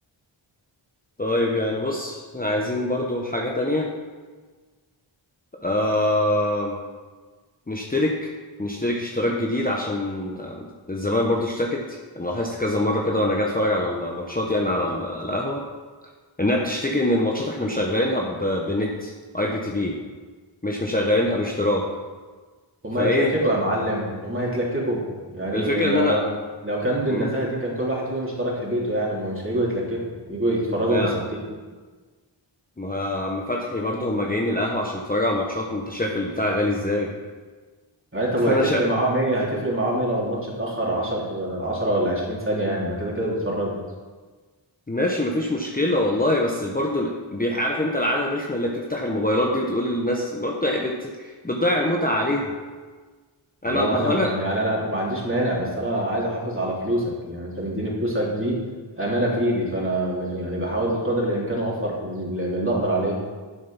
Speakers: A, on the left; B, on the right.
A: طيب يعني بص احنا عايزين برضو حاجه تانية آه، نشترك نشترك اشتراك جديد عشان آه، الزمان برضو اشتكت انا لاحظت كذا مره كده وانا جاي اتفرج على الماتشات يعني على ال- القهوه انها بتشتكي ان الماتشات احنا مشغلينها ب- بنت اي بي تي في مش مشغلينها باشتراك
B: هما
A: فايه
B: هيتلككوا يا معلم هما هيتلككوا يعني
A: الفكره
B: ما
A: ان انا
B: هو لو لو كان بالنزاهه
A: مم،
B: دي كان كل واحد فيهم اشترك في بيته يعني هما مش هيجوا يتلككوا يجوا يتفرجوا
A: ما هي
B: مساكتين
A: ما هي عم فتحي برضو هم جايين القهوه عشان يتفرجوا على الماتشات انت شايف البتاع غالي ازاي
B: أي طب
A: فانا
B: هتفرق
A: شا...
B: معاه 100 هتفرق معاه 100 لو الماتش اتأخر 10 10 ولا 20 ثانية يعني ما كده كده بيتفرجوا
A: ماشي مفيش مشكله والله بس برضه بيعرف انت العاده الرخمه اللي بتفتح الموبايلات دي وتقول للناس برضه هي بت... بتضيع المتعه عليهم انا
B: والله يا
A: ما
B: معلم
A: هو انا
B: أنا يعني أنا ما عنديش مانع بس أنا عايز أحافظ على فلوسك يعني أنت مديني فلوسك دي أمانة في إيدي فأنا م- يعني بحاول بقدر الإمكان أوفر من من اللي أقدر عليه